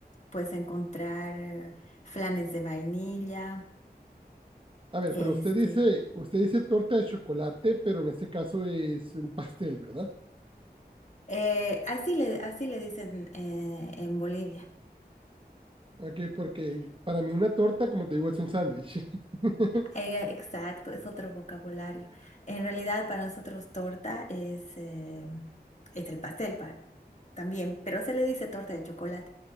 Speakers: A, on the left (about 45°); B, on the right (about 30°).
A: puedes encontrar eh, flanes de vainilla,
B: A ver,
A: este,
B: pero usted dice, usted dice torta de chocolate, pero en este caso es un pastel, ¿verdad?
A: eh, así le, así le dicen eh, en Bolivia.
B: Ok, porque para mí una torta, como te digo, es un sándwich. <laughs>
A: Eh, Exacto, es otro vocabulario. En realidad para nosotros torta es, eh, es el pastel pa- también, pero se le dice torta de chocolate,